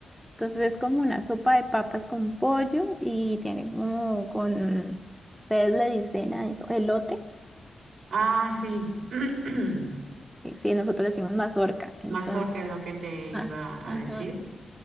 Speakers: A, in the centre; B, on the right.
A: Entonces es como una sopa de papas con pollo y tiene como con, ustedes le dicen a eso, elote,
B: Ah, sí, <clears throat>
A: y sí, nosotros le decimos mazorca, entonces,
B: mazorca es lo que te iba
A: ah,
B: a
A: ajá.
B: decir.